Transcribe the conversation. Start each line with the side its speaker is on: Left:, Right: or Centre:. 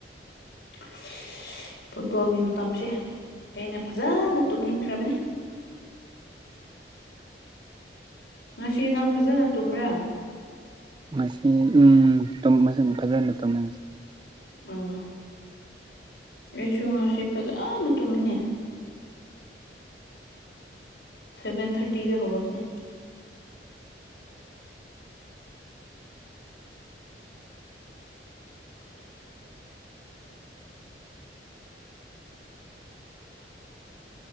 Left: <unintelligible> ꯐꯨꯠꯕꯣꯜꯒꯤ ꯃꯇꯝꯁꯦ ꯑꯩꯅ ꯐꯖꯅ ꯇꯨꯝꯅꯤꯡꯈ꯭ꯔꯕꯅꯦ <unintelligible> ꯉꯁꯤ ꯅꯪ ꯐꯖꯅ ꯇꯨꯝꯕ꯭ꯔꯥ
Right: ꯃꯁꯤ ꯎꯝ ꯐꯖꯅ ꯇꯧꯃꯤꯟꯅꯁꯤ
Left: ꯑꯣ ꯑꯩꯁꯨ ꯉꯁꯤ ꯐꯖꯅ ꯇꯨꯝꯅꯤ ꯁꯦꯚꯟ ꯊꯔꯇꯤꯗ ꯍꯧꯒꯅꯦ ꯑꯥ